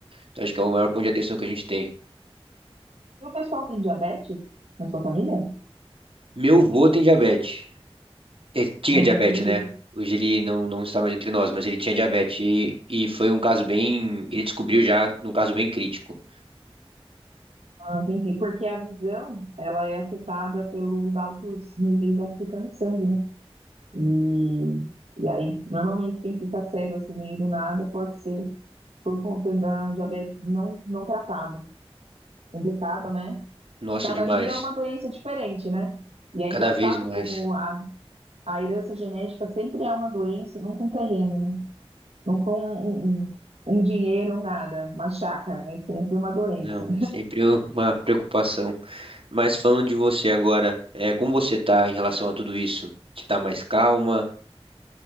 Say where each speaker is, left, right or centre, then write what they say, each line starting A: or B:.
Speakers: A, on the right (about 60°); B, on the right (about 80°).
A: Então, acho que é o maior ponto de atenção que a gente tem.
B: E o pessoal tem diabetes na sua família?
A: Meu avô tem diabetes. Ele tinha
B: Ah,
A: diabetes,
B: entendi.
A: né? Hoje ele não, não está mais entre nós, mas ele tinha diabetes e, e foi um caso bem. Ele descobriu já num caso bem crítico.
B: Ah, entendi. Porque a visão, ela é afetada pelos altos níveis de açúcar no sangue, né? E, e aí, normalmente, quem fica cego assim meio do nada pode ser por conta da diabetes não, não tratado. Complicado, né?
A: Nossa,
B: Cada
A: demais.
B: dia é uma doença diferente, né? E é
A: Cada
B: engraçado
A: vez mais.
B: como a, a herança genética sempre é uma doença, nunca um terreno, né? Nunca um, um, um um dinheiro, um nada, uma chácara, é sempre uma doença.
A: Não, sempre um- uma preocupação. Mas falando de você agora, é, como você tá em relação a tudo isso? Você tá mais calma?